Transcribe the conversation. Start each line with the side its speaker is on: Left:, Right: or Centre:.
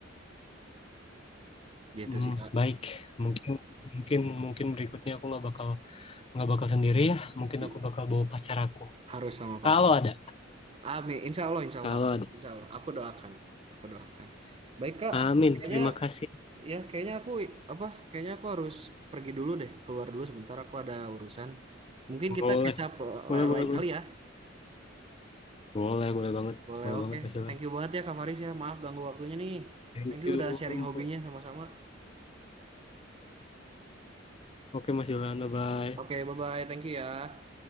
Right: Gitu
Left: hmm,
Right: sih Kak.
Left: baik. Mungkin, mungkin, mungkin berikutnya aku nggak bakal nggak bakal sendiri ya. Mungkin
Right: I-
Left: aku bakal bawa pacar aku.
Right: Harus sama pacar.
Left: Kalau ada.
Right: Amin. Insya Allah, insya
Left: Kalau
Right: Allah.
Left: ada.
Right: Insya Allah. Aku doakan. Aku doakan. Baik Kak.
Left: Amin,
Right: Kayaknya
Left: terima kasih.
Right: ya kayaknya aku apa? Kayaknya aku harus pergi dulu deh. Keluar dulu sebentar. Aku ada urusan. Mungkin
Left: Boleh,
Right: kita kecap
Left: boleh, boleh,
Right: lain
Left: boleh.
Right: kali ya.
Left: Boleh, boleh banget,
Right: Boleh,
Left: boleh
Right: oke.
Left: banget Mas Ilham.
Right: Thank you banget ya Kak Faris ya. Maaf ganggu waktunya nih.
Left: Thank
Right: Thank you
Left: you.
Right: udah sharing hobinya sama-sama.
Left: Oke Mas Ilham, bye-bye.
Right: Oke, bye-bye. Thank you ya.